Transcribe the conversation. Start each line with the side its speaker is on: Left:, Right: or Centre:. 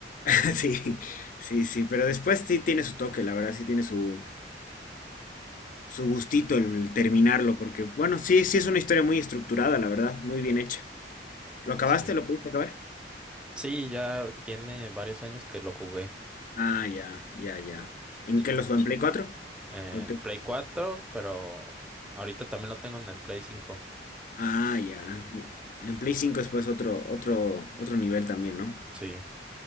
Left: <laughs> Sí, sí, sí, pero después sí tiene su toque, la verdad, sí tiene su su gustito el terminarlo, porque bueno, sí, sí es una historia muy estructurada, la verdad, muy bien hecha. ¿Lo acabaste?
Centre: Sí.
Left: ¿Lo pudiste acabar?
Centre: Sí, ya tiene varios años que lo jugué.
Left: Ah, ya, ya, ya. ¿En
Centre: sí,
Left: qué lo jugó? ¿En Play cuatro
Centre: En
Left: ¿O en Play-
Centre: Play 4, pero ahorita también lo tengo en el Play cinco.
Left: Ah, ya. En Play 5 es pues otro, otro, otro nivel también, ¿no?
Centre: Sí.